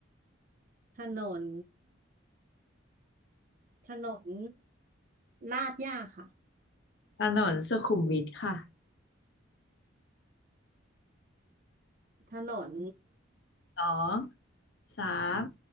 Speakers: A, on the right (about 40°); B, on the left (about 60°).
A: ถนน ถนนลาดย่าค่ะ
B: ถนนสุขุมวิทค่ะ
A: ถนน
B: สองสาม